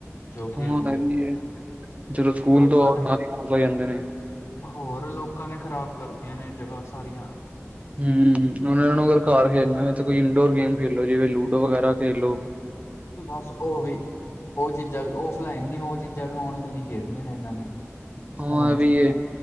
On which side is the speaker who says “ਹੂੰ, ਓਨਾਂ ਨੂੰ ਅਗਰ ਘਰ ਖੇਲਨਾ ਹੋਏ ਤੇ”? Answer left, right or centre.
Right